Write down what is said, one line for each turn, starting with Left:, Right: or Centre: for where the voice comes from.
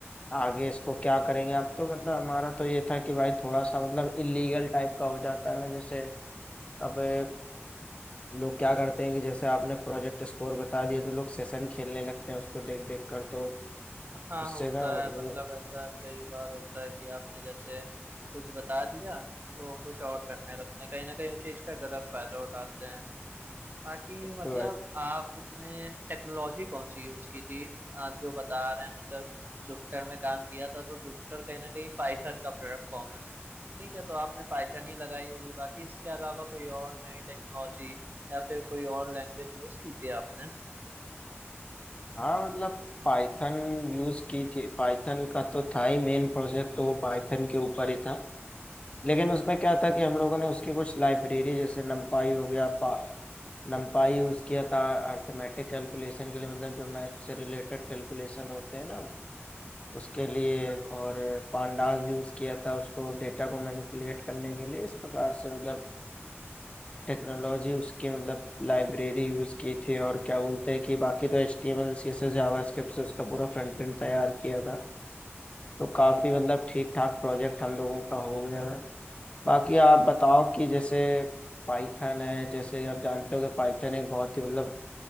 Left: आगे इसको क्या करेंगे आप तो मतलब हमारा तो ये था कि भाई थोड़ा सा मतलब इलीगल टाइप का हो जाता है ना जैसे अब ए, लोग क्या करते हैं कि जैसे आपने प्रोजेक्ट स्कोर बता दिए तो लोग सेशन खेलने लगते हैं उसको देख देख कर तो
Right: हाँ
Left: उससे
Right: होता
Left: ना वो
Right: है मतलब ऐसा कई बार होता है कि आपने जैसे कुछ बता दिया तो कुछ और करने लगते हैं कहीं ना कहीं उस चीज का गलत फायदा उठाते हैं बाकी
Left: उसको
Right: मतलब आपने टेक्नोलॉजी कौन सी यूज की थी आप जो बता रहे हैं मतलब जुपिटर में काम किया था तो जुपिटर कहीं ना कहीं पाइथन का प्लेटफॉर्म है ठीक है तो आपने पाइथन ही लगाई होगी बाकी इसके अलावा कोई और नई टेक्नोलॉजी या फिर कोई और लैंग्वेज यूज की थी आपने
Left: हाँ मतलब पाइथन यूज की थी पाइथन का तो था ही मेन प्रोजेक्ट तो वो पाइथन के ऊपर ही था लेकिन उसमें क्या था कि हम लोगों ने उसकी कुछ लाइब्रेरी जैसे नमपाई हो गया पा नमपाई यूज किया था अर्थमेटिक कैलकुलेशन के लिए मतलब जो मैथ से रिलेटेड कैलकुलेशन होते हैं ना उसके लिए और पांडास भी यूज किया था उसको डेटा को मैनिपुलेट करने के लिए इस प्रकार से मतलब टेक्नोलॉजी उसकी मतलब लाइब्रेरी यूज की थी और क्या बोलते हैं कि बाकी तो H T M L C S S JavaScript से उसका पूरा फ्रंट एंड तैयार किया था तो काफी मतलब ठीक ठाक प्रोजेक्ट हम लोगों का हो गया था बाकी आप बताओ कि जैसे पाइथन है जैसे आप जानते हो कि पाइथन एक बहुत ही मतलब